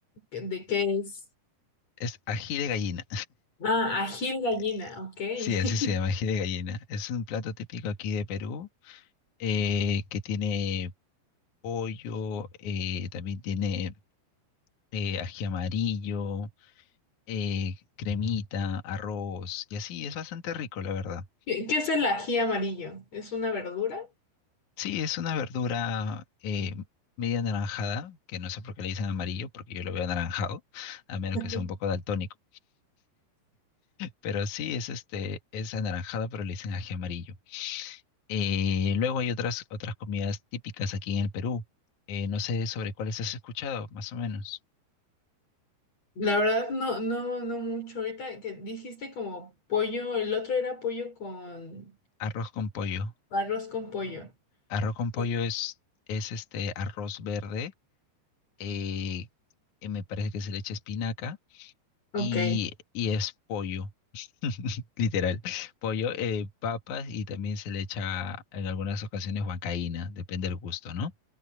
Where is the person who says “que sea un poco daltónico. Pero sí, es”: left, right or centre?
Left